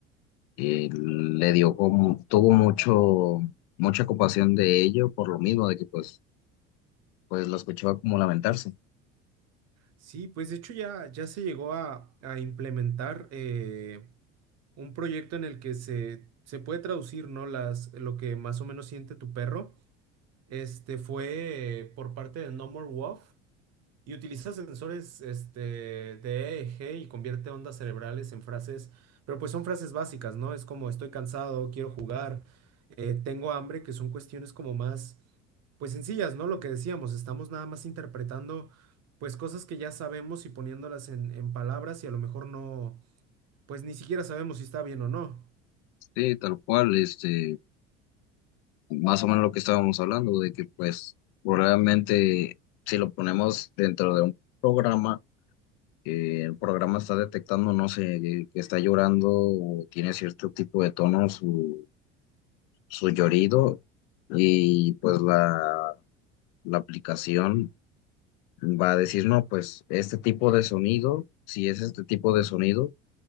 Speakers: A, on the left; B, on the right.
A: eh, le dio como, tuvo mucho, mucha compasión de ello por lo mismo, de que pues, pues lo escuchaba como lamentarse.
B: Sí, pues de hecho ya, ya se llegó a, a implementar eh, un proyecto en el que se, se puede traducir, ¿no? Las, lo que más o menos siente tu perro. Este fue eh, por parte de No More Wolf. Y utiliza sensores este, de EEG y convierte ondas cerebrales en frases, pero pues son frases básicas, ¿no? Es como estoy cansado, quiero jugar, eh, tengo hambre, que son cuestiones como más, pues sencillas, ¿no? Lo que decíamos, estamos nada más interpretando pues cosas que ya sabemos y poniéndolas en, en palabras y a lo mejor no, pues ni siquiera sabemos si está bien o no.
A: Sí, tal cual, este, más o menos lo que estábamos hablando, de que pues probablemente si lo ponemos dentro de un programa, que el programa está detectando, no sé, que que está llorando o tiene cierto tipo de tono su, su llorido y pues la, la aplicación. va a decir, no, pues este tipo de sonido, si es este tipo de sonido,